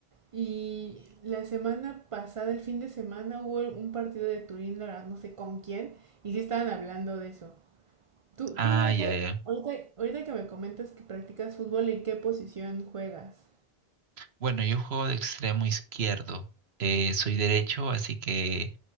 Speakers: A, on the right; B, on the right.
A: y la semana pasada, el fin de semana, hubo un partido de Turín, la verdad, no sé con quién, y sí estaban hablando de eso. Tú,
B: Ah,
A: tú ahorita,
B: ya, ya.
A: ahorita, ahorita que me comentas que practicas fútbol, ¿en qué posición juegas?
B: Bueno, yo juego de extremo izquierdo. Eh, soy derecho, así que